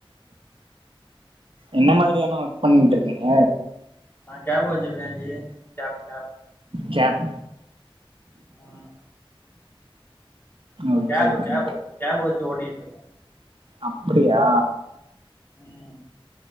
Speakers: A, on the right; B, on the left.
A: என்ன மாதிரியான ஒர்க் பண்றுகீங்க
B: நா கேப் வச்சிருக்க ஜி கேப் கேப்
A: கேப்
B: ம்
A: okay
B: cab
A: okay
B: cab cab வச்சு ஓட்டிட்ருக்க
A: அப்புடியா
B: ம்